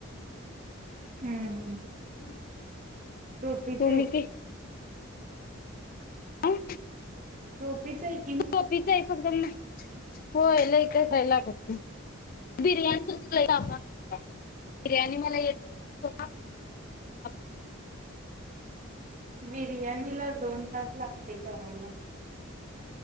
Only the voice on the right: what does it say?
हम्म.
टोपीच
आहे
<unintelligible>
बिर्याणीला दोन तास लागतंय करायला.